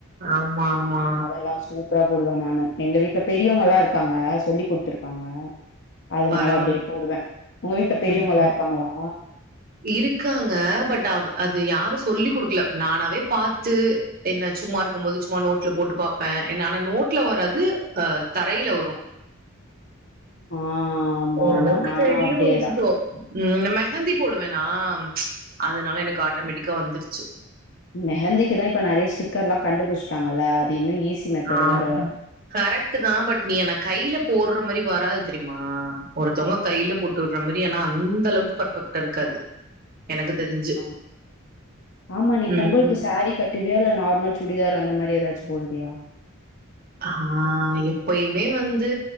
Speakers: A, on the right; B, on the left.
A: ஆமா ஆமா
B: அதெல்லா சூப்பரா போடுவே நானு எங்க வீட்டுல பெரியவங்கல்லா இருக்காங்க சொல்லி் குடுத்துருக்காங்க அதனால
A: பரவால
B: அப்படியே போடுவே உங்க வீட்டு பெரியவங்களா
A: ம்
B: இருக்காங்களா
A: இருக்காங்க பட் அது யாரு சொல்லி் குடுக்கல நானாவே பாத்து என்ன சும்மா இருக்கும்போது சும்மா நோட்ல போட்டு பாப்பே என்ன ஆனா நோட்ல வராது அ தரையில வரும்
B: <inaudible> ஆ ஆமா,
A: ஓரளவுக்கு
B: ஆமா. நானும்
A: தெரியுன்னு
B: அப்டியேதான்.
A: வெச்சுக்கோ ம் மெஹந்தி போடுவேனா அதனால எனக்கு ஆட்டோமேட்டிக்கா வந்துருச்சு
B: மெஹந்திக்கு தா இப்ப நறைய ஸ்டிக்கர்ல்லா கண்டுபிச்சிட்டாங்கல்ல அது இன்னும் ஈஸி மெத்தட்
A: ஆ
B: வேற.
A: கரெக்ட் தா பட் நீ என கையில போடுற மாரி வராது தெரியுமா ஒரு த்தவங்க கையில போட்டு விடுறமாரி ஆனா அந்த அளவுக்கு பெர்பெக்டா இருக்காது எனக்கு தெரிஞ்
B: ஆ ஆமா நீ
A: ம்.
B: பொங்கலுக்கு சேரீ கட்ட வியா இல்ல நார்மல் சுடிதார் அந்த மாரி எதாச்சு போடுவியா
A: ஆ எப்பயுமே வந்து